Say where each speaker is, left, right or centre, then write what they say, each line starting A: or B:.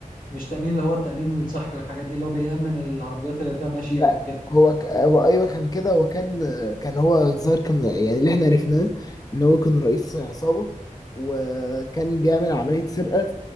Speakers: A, on the left; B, on the left.
A: مش تامين اللي هو التامين الصحي والحاجات دي اللي هو بيامن العربيات اللي بتبقى ماشيه
B: لا
A: وكده
B: هو ك... هو ايوه كان كده هو كان آه، كان هو الظاهر كان يعني اللي احنا عرفناه ان هو كان رئيس عصابة وكان بيعمل عملية سرقة